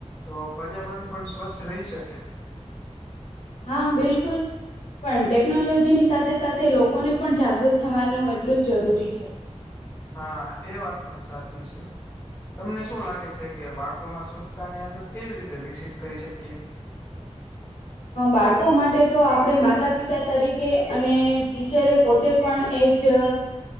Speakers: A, on the left; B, on the left.
A: તો પર્યાવરણ પણ સ્વચ્છ રહી શકે.
B: હા બિલકુલ. પણ ટેકનોલોજીની સાથે સાથે લોકોને પણ જાગૃત થવાનું એટલું જ જરૂરી છે.
A: હા એ વાત પણ સાચી છે. તમને શું લાગે છે કે બાળકોમાં સ્વચ્છતા ની આદત કેવી રીતે વિકસિત કરી શકીએ?
B: બાળકો માટે તો આપણે માતા પિતા તરીકે અને ટીચરે પોતે પણ એ જ